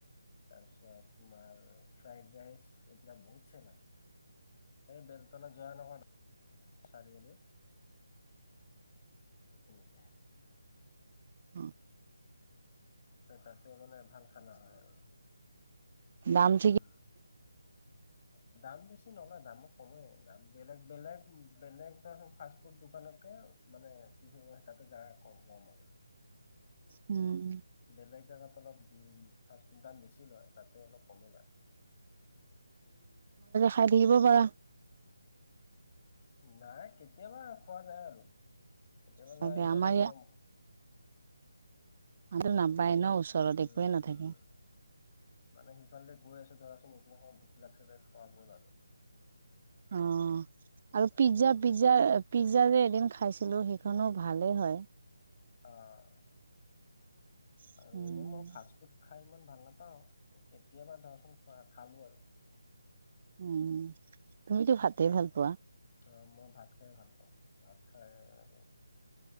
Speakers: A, on the left (about 35°); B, on the right (about 40°).
A: তাৰপিছত তোমাৰ ফ্ৰাইড ৰাইচ এইবিলাক বহুত চেল হয় এই বেলতলা জয় নকৰ আ খালী আনি এইখিনিতে
B: উ
A: এ তাতে মানে ভাল খানা হয় আৰু
B: দাম
A: উম
B: ঠিক
A: <unintelligible> দাম বেছি নলয় দামো কমেই দাম বেলেগ বেলেগ বেলেগ ধ ফাষ্ট ফুড দোকানত মানে কিছু তাতে যা গম আৰু
B: উম
A: বেলেগ জেগাত অলপ উ ফফু দাম বেছি লয় তাতে অলপ কমে নাই
B: খাইি আহিব পাৰা
A: নাই কেতিয়াবা খোৱা যায় আৰু এতিয়া
B: তাকে
A: বা ইফালে
B: আমাৰ
A: গলো
B: মটো নাপায় ন ওচৰত
A: উম
B: একোয়ে নাথাকে
A: মানে সিফালে গৈ আছে ধৰাচোন এইকেই সমমান ভোক লাগিছে যে খোৱা গ'ল আৰু
B: অ আৰু পিজ্জা
A: এনে
B: পিজ্জা পিজ্জা যে এদিন খাইছ ছিলো সেইখনো ভালে হয়
A: আহ।
B: উম
A: আৰু এনে মই ফাষ্ট ফুড খাই ইমান ভাল নাপাওঁ কেতিয়াবা ধৰাচোন খোৱা খালো আৰু
B: উম, তুমিতো ভাতে ভাল পোৱা
A: অ', মই ভাত খাইে ভাল পাওঁ, ভাত খাই আৰু